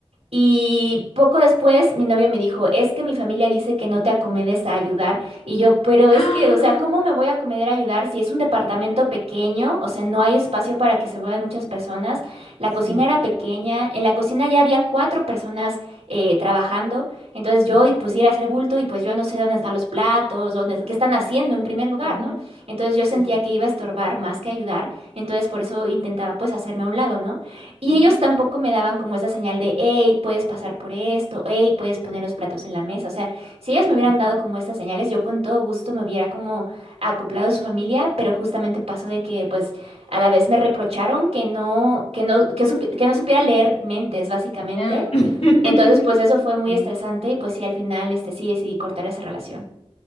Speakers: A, on the right; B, on the left.
A: Y poco después mi novio me dijo, es que mi familia dice que no te acomedes a ayudar. Y yo, pero es
B: ¡Ah!
A: que, o sea, ¿cómo me voy a acomodar a ayudar si es un departamento pequeño? O sea, no hay espacio para que se vean muchas personas. La
B: Sí.
A: cocina era pequeña, en la cocina ya había cuatro personas eh, trabajando. Entonces yo
B: Ujú,
A: y pusiera a hacer bulto y pues yo no sé dónde están los platos, dónde, qué están haciendo en primer lugar,
B: ujú,
A: ¿no? Entonces yo
B: Sí,
A: sentía
B: sí.
A: que iba a estorbar más que ayudar. Entonces por eso intentaba pues hacerme a un lado, ¿no? Y
B: Ujú,
A: ellos tampoco me daban como esa señal de, hey, puedes pasar por esto, hey, puedes poner los platos en la mesa. O sea, si ellos me hubieran
B: ujú.
A: dado como estas señales, yo con todo gusto me hubiera como acoplado a su familia, pero justamente pasó de que, pues, a la vez me reprocharon que no, que no, que, supi- que no supiera leer mentes, básicamente.
B: Ah, <laughs>
A: Entonces, pues eso fue muy
B: Sí.
A: estresante y pues sí, al final, este, sí decidí cortar esa relación.